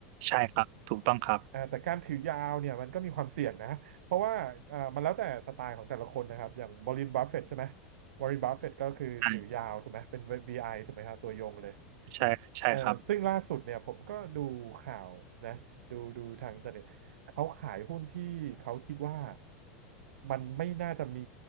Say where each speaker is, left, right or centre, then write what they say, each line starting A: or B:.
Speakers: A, on the right (about 45°); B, on the right (about 80°).
A: ใช่ครับถูกต้องครับ
B: อ่าแต่การถือยาวเนี่ยมันก็มีความเสี่ยงนะเพราะว่าอ่ามันแล้วแต่สไตล์ของแต่ละคนนะครับอย่างวอร์เรนบัฟเฟตใช่ไหมวอร์เรนบัฟเฟตก็คือถือยาวถูกไหมเป็น
A: อ่า
B: VI ถูกไหมครับตัวยงเลย
A: ใช่ใช่ครับ
B: เอ่อซึ่งล่าสุดเนี่ยผมก็ดูข่าวนะดูดูทางอินเทอร์เน็ตเขาขายหุ้นที่เขาคิดว่ามันไม่น่าจะมี